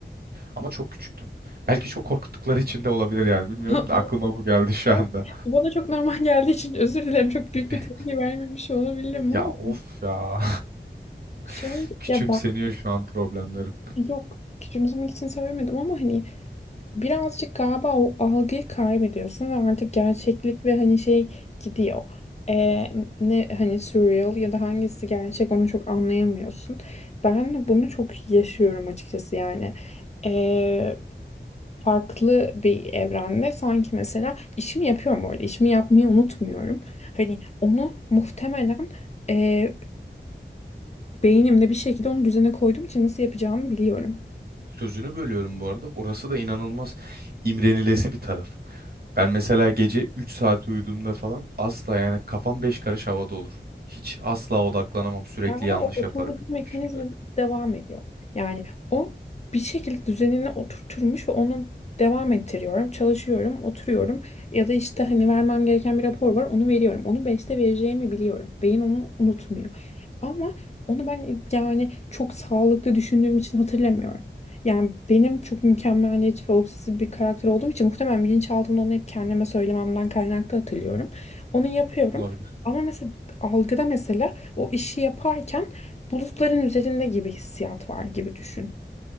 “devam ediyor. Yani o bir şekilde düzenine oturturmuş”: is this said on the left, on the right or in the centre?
Left